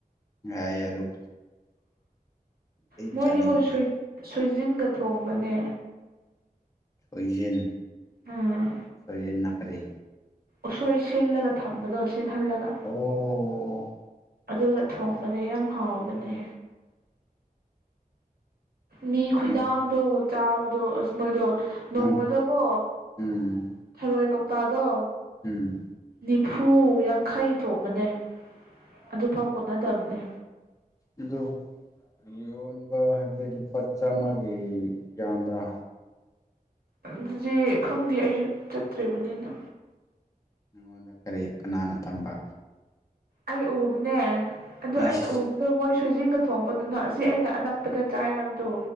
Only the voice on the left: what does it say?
ꯌꯥꯏꯌꯦ ꯑꯗꯨꯝ ꯑꯩ
ꯆꯥꯅꯤꯡꯗꯦ
ꯁꯣꯏꯖꯤꯟ
ꯁꯣꯏꯖꯤꯟꯅ ꯀꯔꯤ
ꯑꯣ
ꯅꯪ
ꯅꯪ ꯎꯝ
ꯎꯝ
ꯑꯗꯣ ꯌꯣꯟꯕ ꯍꯥꯏꯕꯗꯤ ꯂꯨꯄꯥ ꯆꯥꯃꯒꯤ ꯌꯥꯝꯕ꯭ꯔꯥ
ꯅꯪꯉꯣꯟꯗ ꯀꯔꯤ ꯀꯅꯥꯅ ꯇꯝꯕ
ꯏꯁ